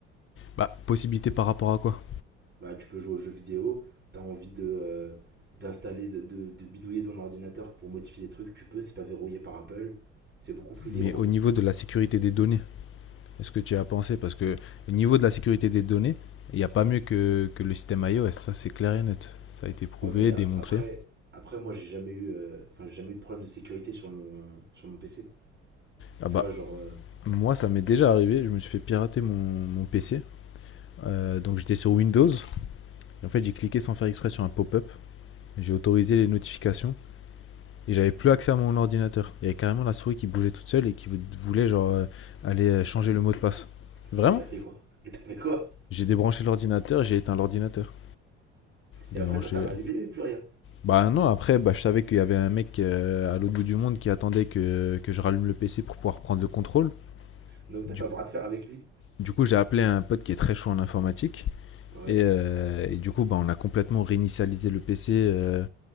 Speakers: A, on the left; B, on the right.
A: Bah, possibilité par rapport à quoi?
B: Bah, tu peux jouer aux jeux vidéo, t'as envie de euh, d'installer, de, de, de bidouiller ton ordinateur pour modifier des trucs, tu peux, c'est pas verrouillé par Apple, c'est beaucoup plus libre
A: Mais
B: en
A: au
B: fait.
A: niveau de la sécurité des données, est-ce que tu y as pensé? Parce que au niveau de la sécurité des données, il n'y a pas mieux que, que le système iOS, ça c'est clair et net. Ça a été prouvé,
B: Ouais, mais
A: démontré.
B: après, après moi, j'ai jamais eu, euh, enfin, j'ai jamais eu de problème de sécurité sur mon, sur mon PC.
A: Ah
B: Tu
A: bah,
B: vois, genre, euh,
A: moi ça m'est déjà arrivé, je me suis fait pirater mon, mon PC. Euh, donc j'étais sur Windows. Et en fait, j'ai cliqué sans faire exprès sur un pop-up. J'ai autorisé les notifications. Et j'avais plus accès à mon ordinateur. Il y avait carrément la souris qui bougeait toute seule et qui voulait genre euh, aller euh, changer le mot de passe. Vraiment
B: <laughs> et t'as fait quoi? Et t'as fait quoi?
A: J'ai débranché l'ordinateur, j'ai éteint l'ordinateur. Débranché.
B: Et après, quand t'as rallumé, il n'y avait plus rien.
A: Bah non, après, bah, je savais qu'il y avait un mec euh, à l'autre bout du monde qui attendait que, que je rallume le PC pour pouvoir prendre le contrôle.
B: Donc, t'as
A: Du,
B: fait un bras de fer avec lui.
A: du coup, j'ai appelé un pote qui est très chaud en informatique.
B: Ouais.
A: Et, euh, et du coup, bah, on a complètement réinitialisé le PC euh,